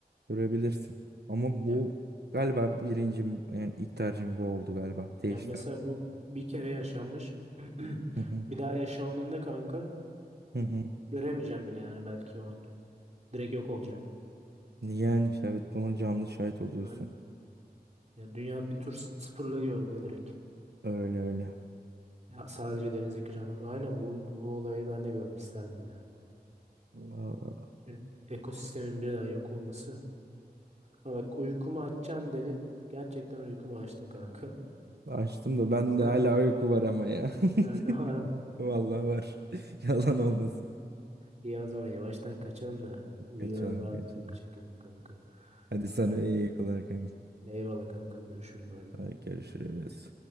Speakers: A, on the right; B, on the right.
A: görebilirsin. Ama
B: Ya
A: bu galiba birincim yani ilk tercihim bu oldu galiba. Değiştirdim.
B: Ya mesela bu bir kere yaşanmış. <clears throat>
A: Hı hı.
B: Bir daha yaşandığında kanka
A: Hı hı.
B: e, göremeyeceğim bile yani belki o an. Direkt yok olacaksın.
A: Yani işte evet buna canlı şahit oluyorsun.
B: Yani, ya dünya bir tur sıfırlanıyor orada direkt.
A: Öyle öyle.
B: Ya sadece denizdeki canlı. Aynen bu bu olayı ben de görmek isterdim ya.
A: Vallahi
B: Bütün ekosistemin birden yok olması. Ha bak uykumu açacaksın dedin. Gerçekten uykumu açtın kanka.
A: açtım da ben
B: Güzel.
A: de hala
B: <laughs>
A: uyku var ama ya. <laughs>
B: Ben ne varım?
A: Vallahi var. <laughs> Yalan olmasın.
B: İyi o zaman yavaştan kaçalım da uyuyalım
A: Kaçalım
B: rahat
A: kaçalım.
B: bir uyku çekelim kanka.
A: Hadi sana
B: Ya
A: iyi uykular kanka.
B: Eyvallah kankam görüşürüz. Bay bay.
A: Hadi görüşürüz.